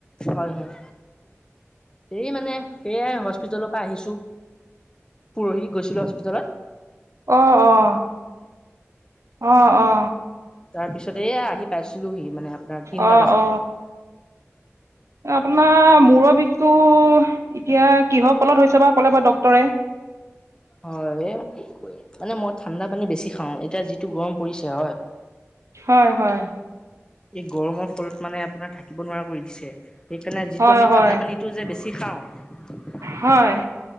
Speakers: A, on the left (about 15°); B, on the right (about 80°).
A: হয় হয় এই মানে সেয়াই হস্পিতালৰ পৰা আহিছো পৰহি গৈছিলো হস্পিতেলত
B: আহ অ আহ অ
A: তাৰপিছত এয়া আহি পাইছিলোহি মানে আপোনাৰ তিনটা
B: অ
A: বজাত
B: অ আপোনাৰ মূৰৰ বিষটো এতিয়া কিহৰ কলত হৈছে বা ক'লে বা ডক্তৰে
A: হয় মানে ম ঠাণ্ডা পানী বেছি খাওঁ এতিয়া যিটো গৰম পৰিছে হয়
B: হয় হয়
A: এই গৰমৰ ফলত মানে আপোনাৰ থাকে ঠাকিব নোৱাৰা কৰি দিছে সেইকাৰণে যিটো
B: হয়
A: আমি
B: হয়
A: ঠাণ্ডা পানীটো যে বেছি খাওঁ
B: হয়